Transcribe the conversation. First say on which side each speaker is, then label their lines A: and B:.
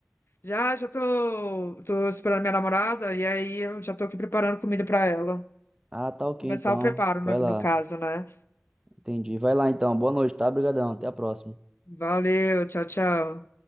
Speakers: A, on the left; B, on the right.
A: Já, já tô, tô esperando minha namorada e aí eu já tô aqui preparando comida para ela.
B: Ah, tá ok
A: Começar
B: então.
A: o preparo, no,
B: Vai
A: no
B: lá.
A: caso, né?
B: Entendi. Vai lá então. Boa noite, tá? Obrigadão. Até a próxima.
A: Valeu, tchau, tchau.